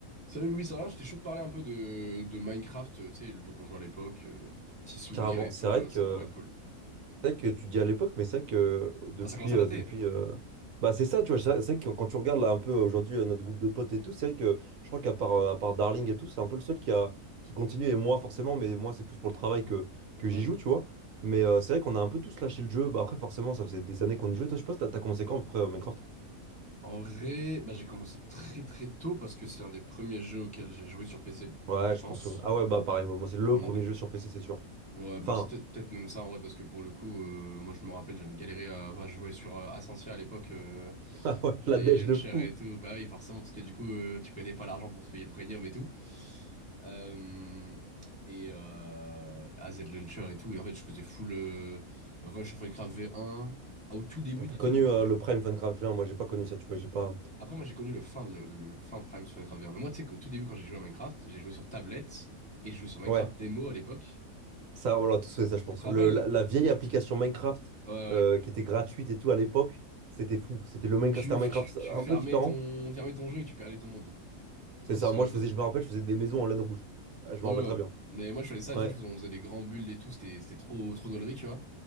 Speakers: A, in the centre; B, on the right.
A: Salut Louis, ça va? J'étais chaud de parler un peu de, de Minecraft, euh, tu sais, le jeu qu'on jouait à l'époque, euh, petits souvenirs
B: Carrément,
A: et
B: c'est
A: tout,
B: vrai
A: euh, ça
B: que
A: pourrait être cool.
B: c'est vrai que tu dis à l'époque, mais c'est vrai que depuis
A: Ah, ça commence à
B: euh,
A: dater?
B: depuis euh, bah c'est ça, tu vois, c'est vrai c'est vrai que quand tu regardes là un peu aujourd'hui euh, notre groupe de potes et tout, c'est vrai que je crois qu'à part euh, à part Darling et tout, c'est un peu le seul qui a qui continue et moi forcément, mais moi c'est plus pour le travail que que
A: Oui.
B: j'y joue, tu vois. Mais euh, c'est vrai qu'on a un peu tous lâché le jeu. Bah après forcément, ça faisait des années qu'on y jouait. Toi, je pense t'as t'as commencé quand après euh, Minecraft?
A: En vrai, bah, j'ai commencé très très tôt parce que c'est un des premiers jeux auxquels j'ai joué sur PC,
B: Ouais,
A: je pense.
B: je pense que ah ouais bah pareil, moi c'est le
A: Donc
B: premier jeu sur PC, c'est sûr.
A: Ouais, mais
B: Enfin,
A: c'est peut-être peut-être même ça en vrai, parce que pour le coup, euh, moi je me rappelle, j'avais galéré à. Enfin, je jouais sur euh, Ascensia à l'époque, euh,
B: <laughs> ah ouais,
A: les
B: la dèche
A: launchers
B: de fou.
A: et tout. Bah oui, forcément, parce que du coup, euh, tu connais pas l'argent pour se payer le premium et tout. Euh, et euh, AZ Launcher et tout. Et en fait, je faisais full euh, Rush of Minecraft V1. Ah, Au tout début,
B: T'as
A: dis-toi,
B: connu
A: moi quand
B: euh,
A: j'ai.
B: le Prime Funcraft, je veux dire, moi j'ai pas connu ça, tu vois, j'ai pas.
A: Après, moi j'ai connu le fin, de- le, le fin de Prime sur Minecraft V1. Mais moi, tu sais qu'au tout début, quand j'ai joué à Minecraft, j'ai joué sur tablette et je jouais sur Minecraft
B: Ouais.
A: démo à l'époque.
B: Ça, on l'a tous fait, ça, je
A: Tu
B: pense.
A: te rappelles?
B: Le- la, la vieille application Minecraft
A: Ouais, ouais.
B: euh, qui était gratuite et tout à l'époque, c'était fou. C'était le
A: Où
B: Minecraft,
A: tu,
B: c'était un Minecraft
A: tu, tu
B: un
A: fermais
B: peu différent.
A: ton, fermais ton jeu et tu perdais ton monde.
B: C'est
A: Ah
B: ça.
A: sais pas si tu te souviens
B: Moi,
A: de
B: je faisais,
A: ça.
B: je me rappelle, je faisais des maisons en laine rouge. Euh, Je
A: Non,
B: me rappelle
A: non,
B: très
A: non.
B: bien.
A: Mais moi, je faisais ça
B: Ouais.
A: et tout. je faisais- On faisait des grands bulles et tout. C'était, c'était trop, trop gaulerie, tu vois.